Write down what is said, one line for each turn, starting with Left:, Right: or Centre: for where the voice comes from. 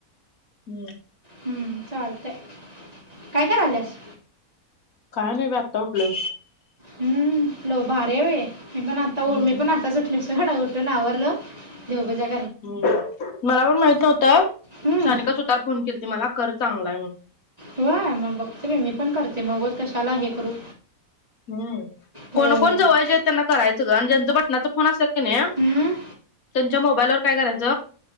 Left: हम्म
Right: हम्म चालतय काय करल्यास
Left: काय नाही ब आत्ता उठलोय
Right: हम्म लो भारी हाय बाय मी पण आता
Left: हम्म
Right: मी पण आताच उठलो डा उठून आवरलो देव बजा
Left: हम् मला पण माहित नव्हत
Right: हम्म,
Left: सानिका सुतार फोन केला ते मला कर चांगलाय म्हणून
Right: होय मग बघते मी पण करते मगच कशाला हे करू
Left: हम्
Right: होय
Left: कोण कोण जवायचे आहेत त्यांना करायचं ज बटनाचा फोन असल कणी
Right: हं?
Left: त्यांच्या मोबाईलवर काय करायच